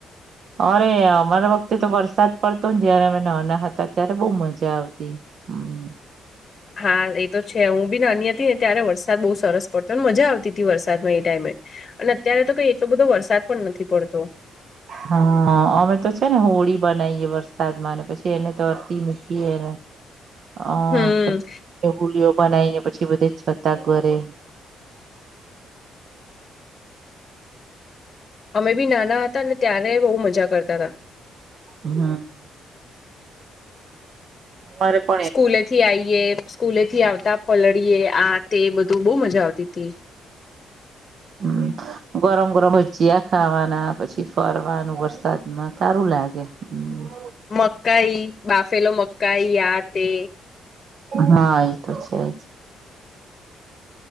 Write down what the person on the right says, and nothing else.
અરે અમારા વખતે તો વરસાદ પડતો ને જયારે અમે નાના હતા ત્યારે બહુ મજા આવતી. હમ્મ.
હા અમે તો છે ને હોળી બનાઈએ વરસાદમાંને પછી એને તરતી મૂકીએને.
અહ
હુલીઓ બનાઈને પછી બધે છતાં કરે.
હમ્મ. મારે પ
હમ્મ. ગરમ-ગરમ ભજીયા ખાવાના, પછી ફરવાનું વરસાદમાં સારું લાગે. હમ્મ
હા ઈ તો છે જ.